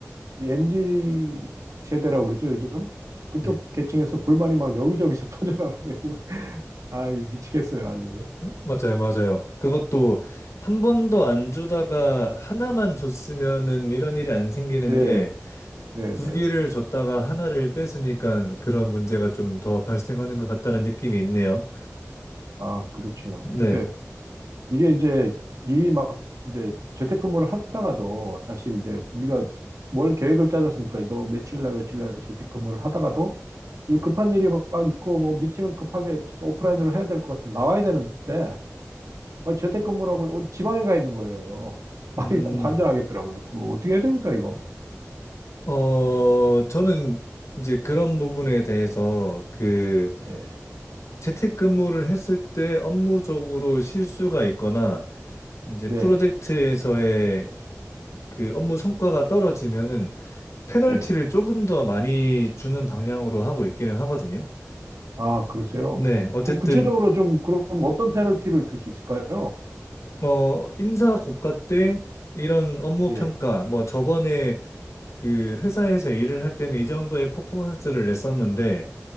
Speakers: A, on the right; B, on the left.
A: 이 MZ 세대라고 그러죠, 요즘? 그쪽
B: 네.
A: 계층에서 불만이 막 여기저기서 <laughs> 터져나오는데, 아, 미치겠어요, 아주.
B: 맞아요, 맞아요. 그것도 한 번도 안 주다가 하나만 줬으면은 이런 일이 안 생기는데
A: 네, 네,
B: 두
A: 네.
B: 개를 줬다가 하나를 뺏으니까 그런 문제가 좀 더 발생하는 것 같다는 느낌이 있네요.
A: 아, 그렇죠.
B: 네.
A: 근데 이게 이제 일이 막 이제 재택근무를 하다가도 사실 이제 우리가 뭘 계획을 짜졌습니까 너 며칠 날 며칠 날 재택근무를 하다가도 이 급한 일이 막 있고 뭐 미팅을 급하게 진짜 오프라인으로 해야 될 것 같으면 나와야 되는데 아, 재택근무라고 어디 지방에 가 있는 거예요. <laughs>
B: 음,
A: 아, 이거 관장하겠더라고요. 그거 어떻게 해야 됩니까, 이거?
B: 어, 저는 이제 그런 부분에 대해서 그
A: 네,
B: 재택근무를 했을 때 업무적으로 실수가 있거나 이제
A: 네,
B: 프로젝트에서의 그 업무 성과가 떨어지면은 페널티를
A: 네.
B: 조금 더 많이 주는 방향으로 하고 있기는 하거든요.
A: 아, 그러세요?
B: 네, 어쨌든
A: 그 구체적으로 좀 그럼 어떤 페널티를 줄 수 있을까요?
B: 뭐 인사 고과 때 이런 업무
A: 예,
B: 평가 뭐 저번에 그 회사에서 일을 할 때는 이 정도의 퍼포먼스를 냈었는데